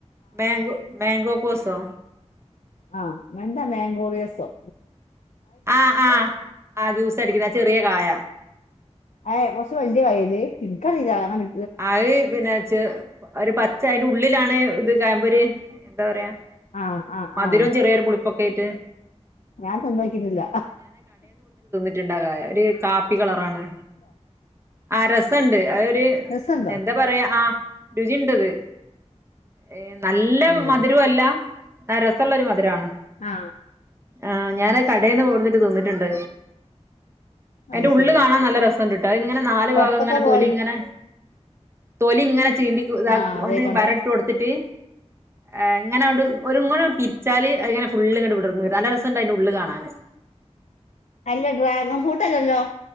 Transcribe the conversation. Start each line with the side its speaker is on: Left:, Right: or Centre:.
Right: മാൻഗോ മാൻഗോ പോസോ
Left: ആ എന്താ മാങ്കോറിയസ്സോ
Right: ആഹ് ആഹ് ആഹ് ജ്യൂസടിക്കുന്ന ചെറിയ കായാ.
Left: ഏ കുറച്ച് വലിയ കായേല് എനിക്കറിയില്ലങ്ങനെ
Right: ആയ് പിന്നെച്ച് ഒരു പച്ച അയിന്റെ ഉള്ളിലാണ് ഇത് കയമ്പൊര് എന്താ പറയാ.
Left: ആഹ് ആഹ്
Right: മധുരവും
Left: ആഹ്
Right: ചെറിയൊരു പുളിപ്പൊക്കെ ആയിട്ട്
Left: ഞാൻ തിന്നോക്കിട്ടില്ല.
Right: റ്റിണ്ടാകാ ടി കാ പ്പികളറാണ്. ആ രസ ഉണ്ട് അതൊരു
Left: രസമുണ്ടോ
Right: എന്താ പറയാ ആ രുചിണ്ടത്. ഏ നല്ല
Left: ഉം.
Right: മധുരോ അല്ല. ആ രസ ഉള്ളൊരു മധുരാണ്.
Left: ആ
Right: ആ ഞാനാ കടേന്ന് ഓടിന്നിട്ട് തിന്നി റ്റുണ്ട് അയിൻ്റെ
Left: അത്
Right: ഉള്ള്
Left: ശരി
Right: കാണാൻ നല്ല രസം ഇങ്ങനെ നാല്
Left: പുറത്തൊക്കെ
Right: ഭാഗം ഇങ്ങനെ
Left: പോയ
Right: തൊലി ഇങ്ങനെ തൊലി ഇങ്ങനെ ചീന്തി ഇതാക്കി
Left: ആ അതേക്കൊണ്ടേ
Right: ഒന്ന് വരട്ട് കൊടുത്തിട്ട് ആ ഇങ്ങനെ അവിട് ഒരു ഇങ്ങോട്ട് തിരിച്ചാല് ഇങ്ങനെ ഫുള്ള് ഇങ്ങട്ട് വിടർന്നു വരും നല്ല രസ ണ്ടതിന്റെ ഉള്ള് കാണാൻ
Left: അല്ല ഡ്രാഗൻ ഫൂട്ട്ല്ലല്ലോ